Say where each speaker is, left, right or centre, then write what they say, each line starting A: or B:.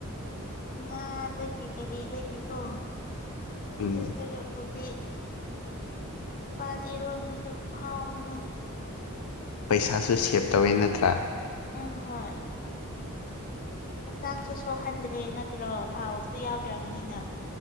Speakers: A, on the left (about 40°); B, on the left (about 85°).
A: ꯉꯥꯗꯒꯤ ꯀꯔꯤꯗꯒꯤꯀꯣ ꯑꯗꯨ
B: ꯎꯝ
A: ꯁꯔꯨꯛ ꯍꯧꯗꯤ ꯏꯄꯥꯟ ꯏꯔꯣꯟꯕꯗꯨ ꯄꯍꯥꯎ ꯑꯃꯅꯤꯍ
B: ꯄꯩꯁꯥꯁꯨ ꯁꯦꯞ ꯇꯧꯋꯦ ꯅꯠꯇ꯭ꯔꯥ
A: ꯎꯝ ꯍꯣꯏ ꯍꯛꯆꯥꯡꯁꯨ ꯁꯣꯛꯍꯟꯗ꯭ꯔꯦ ꯅꯠꯇ꯭ꯔꯣ ꯊꯥꯎꯁꯨ ꯌꯥꯎꯗ꯭ꯔꯕꯅꯤꯅ